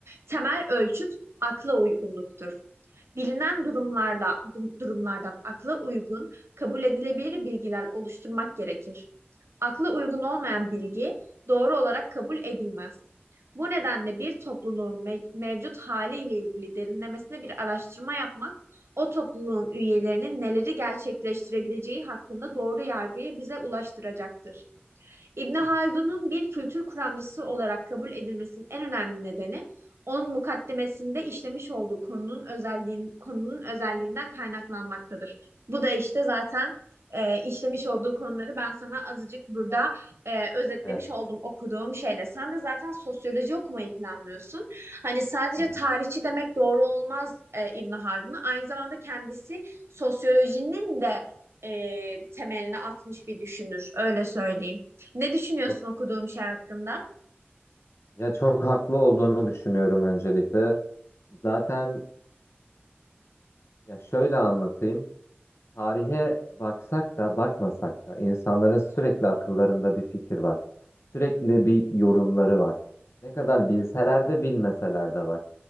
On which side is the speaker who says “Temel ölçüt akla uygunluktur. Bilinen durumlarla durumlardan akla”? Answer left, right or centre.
Right